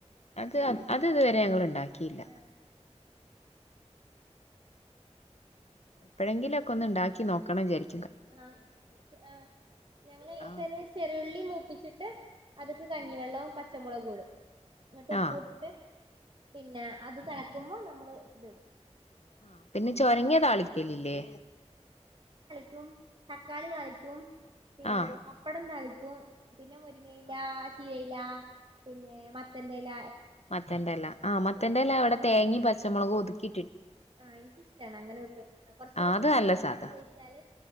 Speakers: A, on the left; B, on the right.
A: അത് അത് ഇതുവരെ ഞങ്ങ ഉണ്ടാക്കി ക്കില്ലാ
B: ആഹ്
A: എപ്പെഴെങ്കിലും ഒക്കെ ഒന്ന് ഇണ്ടാക്കി നോക്കണം വിചാരി
B: ആ ആ ഞങ്ങൾ നെച്ചാൽ
A: ആ
B: ചെറുള്ളി മൂപ്പിച്ചിട്ട് അത്ക്ക് കഞ്ഞിവെള്ളോം പച്ചമുളകും ഇടും ഇന്നട്ട് ഉപ്പും
A: ആ
B: ഇട്ടിട്ട് പിന്നെ അത് തെളക്കുമ്പോ ന നമ്മൾ ഇത് ഇടും
A: ആ പിന്നെ ചോരങ്ങ താളിക്കലില്ലേ
B: ക്കും തക്കാളി താളിക്കും പിന്നെ
A: ആ
B: പപ്പടം തളി ക്കും പിന്നെ മുരിങ്ങ ഇല
A: ആ
B: ചീര പിന്നെ മത്തന്റെഎല
A: മത്തെന്റെ എല ആ മത്തെന്റെ എല അവിടെ തേങ്ങിയിം പച്ചമൊളകും ഒത്ക്കി
B: ആ ഇനക്ക് ഇഷ്ടാണ് അങ്ങനെ വെക്ക് കൊറചൊക്കെ
A: ആഹ് അത്
B: പച്ച
A: നല്ല
B: വെളിച്ചെണ്ണി
A: സാധ
B: കൂടി ഒഴിച്ചാൽ